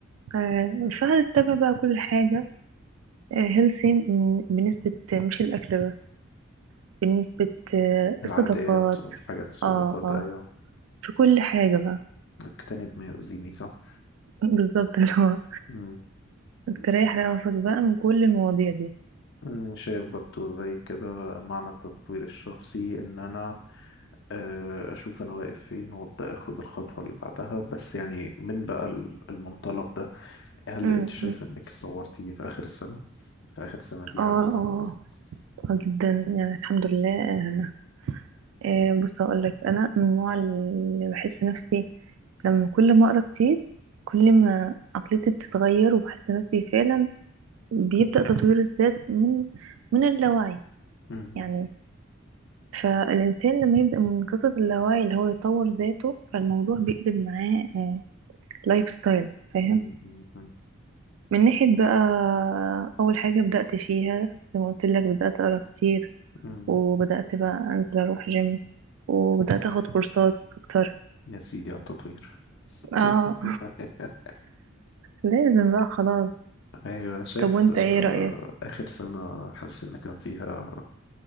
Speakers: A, on the right; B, on the left.
A: آه، فهتتبع بقى كل حاجة هيلثي بنسبة مش الأكل بس بنسبة آه،
B: العادات
A: الصداقات
B: والحاجات الصداقات
A: اه اه
B: أيوة
A: في كل حاجة بقى
B: اجتنب ما يؤذيني صح
A: <laughs> بالظبط اللي هو
B: مم.
A: تريح راسك بقى من كل المواضيع دي
B: مم. شايف برضه زي كده معنى التطوير الشخصي إن أنا آه، أشوف أنا واقف فين وأبدأ أخد الخطوة اللي بعدها بس يعني من بقى ال- المنطلق ده هل
A: امم
B: أنت شايف إنك اتطورتي في آخر السنة؟ في آخر السنة دي
A: اه
B: عدت
A: اه
B: عامة مم.
A: آه جدا يعني الحمد لله آه آه، بص اقول لك انا من النوع اللي بحس نفسي لما كل ما اقرا كتير كل ما عقليتي بتتغير وبحس نفسي فعلا بيبدأ تطوير الذات من من اللاوعي
B: مم.
A: يعني فالإنسان لما يبدأ من قصة اللاوعي اللي هو يطور ذاته فالموضوع بيقلب معاه لايف ستايل فاهم
B: مم. مم.
A: من ناحية بقى أول حاجة بدأت فيها زي ما قلت لك بدأت أقرأ كتير
B: مم.
A: وبدأت بقى أنزل أروح جيم وبدأت أخد كورسات أكتر
B: يا سيدي على التطوير
A: اه
B: <laughs>
A: لازم بقى خلاص
B: ايوه انا شايف
A: طب وانت
B: آه،
A: ايه رأيك؟
B: اخر سنه حاسس ان كان فيها